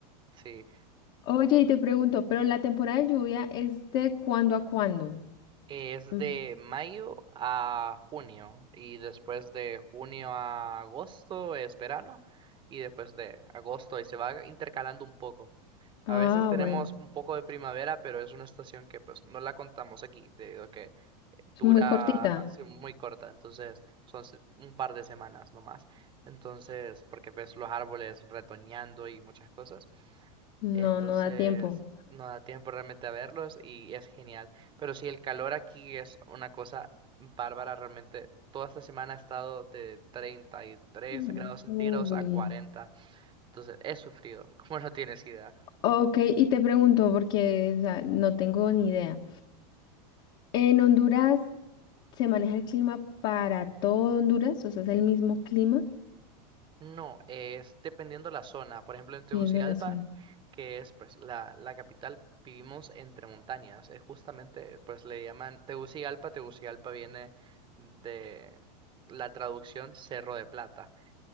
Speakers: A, on the right; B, on the left.
A: Sí,
B: Oye, y te pregunto, ¿pero la temporada de lluvia es de cuándo a cuándo?
A: es
B: Mm.
A: de mayo a junio y después de junio a agosto es verano y después de agosto y se va intercalando un poco.
B: Ah,
A: A veces tenemos
B: bueno,
A: un poco de primavera, pero es una estación que pues no la contamos aquí, debido a que dura
B: es muy cortita.
A: sí, muy corta, entonces son se- un par de semanas nomás. Entonces, porque ves los árboles retoñando y muchas cosas,
B: No,
A: entonces
B: no da tiempo.
A: no da tiempo realmente a verlos y es genial. Pero sí, el calor aquí es una cosa bárbara realmente. Toda esta semana ha estado de 33
B: Mm.
A: grados centígrados
B: Uy.
A: a 40, entonces he sufrido, <laughs> como no tienes idea.
B: Ok, y te pregunto, porque o sea, no tengo ni idea. ¿En Honduras se maneja el clima para todo Honduras? O sea, es el mismo clima,
A: No, es dependiendo la zona. Por ejemplo, en Tegucigalpa,
B: viendo la zona.
A: que es pues la, la capital, vivimos entre montañas. Es justamente, pues le llaman Tegucigalpa. Tegucigalpa viene de la traducción Cerro de Plata,